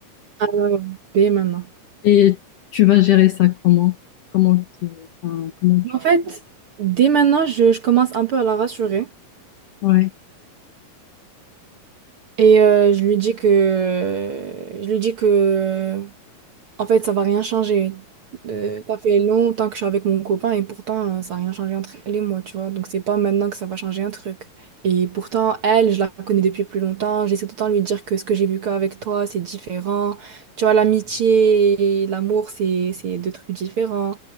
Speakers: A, on the right (about 55°); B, on the left (about 65°).
A: Ah ouais, ouais, dès maintenant.
B: Et tu vas gérer ça comment? Comment tu... enfin, comment tu...
A: En fait, dès maintenant, je, je commence un peu à la rassurer.
B: Ouais.
A: Et euh, je lui dis que je lui dis que En fait, ça va rien changer. Euh, ça fait longtemps que je suis avec mon copain et pourtant, euh, ça n'a rien changé entre elle et moi, tu vois. Donc, c'est pas maintenant que ça va changer un truc. Et pourtant, elle, je la connais depuis plus longtemps. J'essaie tout le temps de lui dire que ce que j'ai vu qu'avec toi, c'est différent. Tu vois, l'amitié et l'amour, c'est, c'est deux trucs différents.